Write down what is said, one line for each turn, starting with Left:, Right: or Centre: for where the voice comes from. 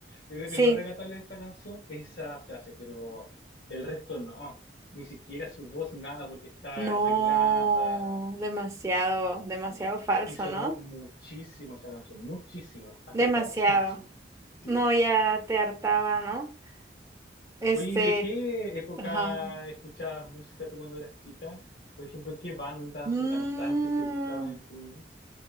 Left: creo
Right: Sí,
Left: que lo rescatable de esta canción es esa frase, pero el resto no, ni siquiera su voz, nada, porque está
Right: no,
Left: arreglada.
Right: demasiado, demasiado
Left: Sí.
Right: falso,
Left: Y sonó
Right: ¿no?
Left: muchísimo esa canción, muchísimo, hasta
Right: Demasiado.
Left: el cansancio. Sí.
Right: No, ya te hartaba, ¿no? Este,
Left: Oye, ¿y ¿de qué época
Right: ajá.
Left: escuchabas música tú cuando eras chica? Por ejemplo, ¿qué bandas
Right: Mm.
Left: o cantantes te gustaban en tu niñez?